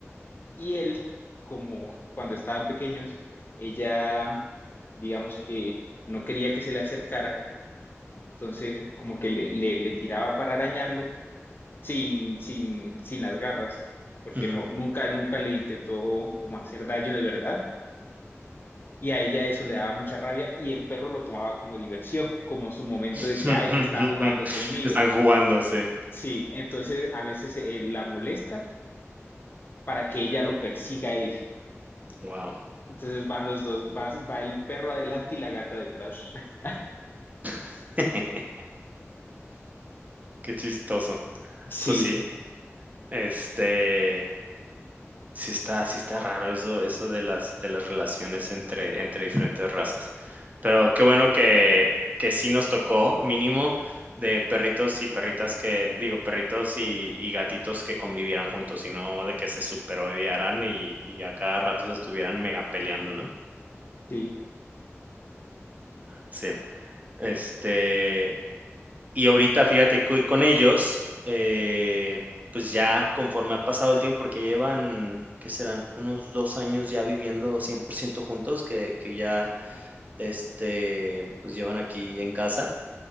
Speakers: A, on the left; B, on the right.
A: Y él, como cuando estaban pequeños, ella, digamos que no quería que se le acercara, entonces como que le, le, le tiraba para arañarlo sin, sin, sin las garras, porque
B: ujú.
A: no, nunca, nunca le intentó como hacer daño de verdad y a ella eso le daba mucha rabia y el perro lo tomaba como diversión, como su momento
B: <laughs>
A: de que, ay, está jugando conmigo.
B: Están jugando, sí.
A: Sí, entonces a veces eh, la molesta para que ella lo persiga a él.
B: Guau.
A: Entonces van los dos, va, va el perro adelante y la gata detrás. <laughs>
B: <laughs> Qué chistoso.
A: Sí,
B: Pues sí, este, sí está sí está raro eso eso de las de las relaciones entre entre diferentes razas. Pero qué bueno que que sí nos tocó, mínimo, de perritos y perritas que digo, perritos y y gatitos que convivieran juntos, y no de que se superodiaran y y a cada rato se estuvieran mega peleando, ¿no?
A: sí,
B: Sí. Este, Y ahorita, fíjate que con ellos, eh, pues ya conforme ha pasado el tiempo, porque llevan, ¿qué serán? Unos dos años ya viviendo 100% juntos, que, que ya, este, pues llevan aquí en casa.